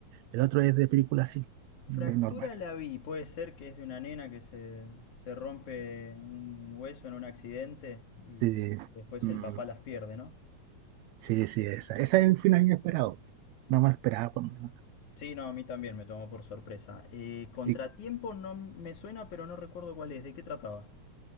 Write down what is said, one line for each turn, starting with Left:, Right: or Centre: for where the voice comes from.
Right: El otro es de película así,
Left: Fractura
Right: de normal.
Left: la vi, puede ser que es de una nena que se, se rompe un hueso en un accidente y
Right: Sí,
Left: después
Right: mm,
Left: el papá las pierde, ¿no?
Right: sí, sí, esa. esa es un final inesperado. No me lo esperaba, por lo menos.
Left: Sí, no, a mí también me tomó por sorpresa. Eh, Contratiempo
Right: ¿Y
Left: no me suena, pero no recuerdo cuál es, ¿de qué trataba?